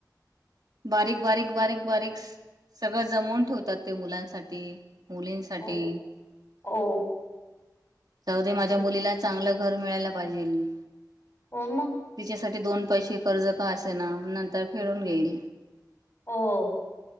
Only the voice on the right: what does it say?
बारीक बारीक बारीक बारीक सगळं जमवून ठेवतात ते मुलांसाठी मुलींसाठी.
जाउदे, माझ्या
मुलीला चांगलं घर मिळायला पाहिली
तिच्यासाठी दोन पैसे कर्ज का असेना, नंतर फेडून घेईल.